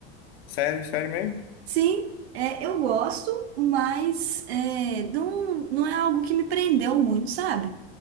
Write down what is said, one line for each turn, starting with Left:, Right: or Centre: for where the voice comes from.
Left: Sério, sério mesmo?
Right: Sim, é, eu gosto, mas é, não, não é algo que me prendeu muito, sabe?